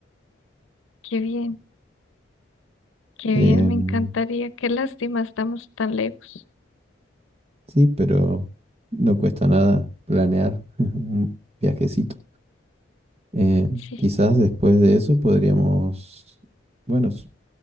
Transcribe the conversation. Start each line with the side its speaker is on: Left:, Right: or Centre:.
Left: Qué bien, qué
Right: Em,
Left: bien, me encantaría. Qué lástima, estamos tan lejos.
Right: sí, pero no cuesta nada planear <laughs> un viajecito. Eh,
Left: Sí.
Right: quizás después de eso podríamos, bueno, s-